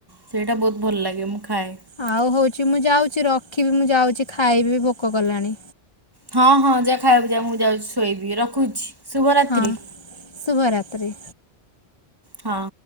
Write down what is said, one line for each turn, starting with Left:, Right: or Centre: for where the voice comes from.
Right: ସେଇଟା ଭଲ ଲାଗେ ମୁଁଖାଏ
Left: ଆଉ ହଉଛି ମୁଁ ଯାଉଛି ରଖିବି ମୁଁ ଯାଉଛି ଖାଇବି ଭୋକ କଲାଣି
Right: ହଁ ହଁ ଯାହା ଖାଇବାକୁ ଯା ମୁଁ ଯାଉଛି ଶୋଇବି ରଖୁଛି। ଶୁଭରାତ୍ରି
Left: ହଁ ଶୁଭ ରାତ୍ରି
Right: ହଁ।